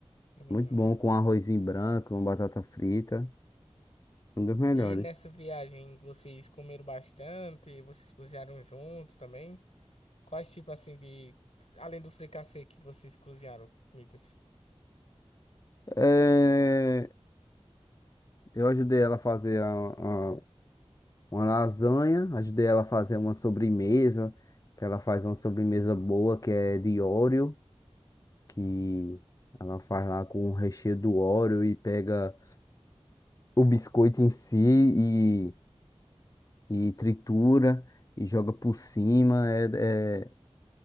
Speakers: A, on the left (about 75°); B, on the left (about 30°).
A: Uhum.
B: Muito bom com arrozinho branco, uma batata frita. Um dos melhores.
A: E nessa viagem vocês comeram bastante, vocês cozinharam junto também? Quais tipo assim de, além do fricassê que vocês cozinharam, comidas?
B: É, eu ajudei ela a fazer a- a- uma lasanha, ajudei ela a fazer uma sobremesa, que ela faz uma sobremesa boa, que é de Oreo, que ela faz lá com o recheio do Oreo e pega o biscoito em si e, e tritura e joga por cima. É, é,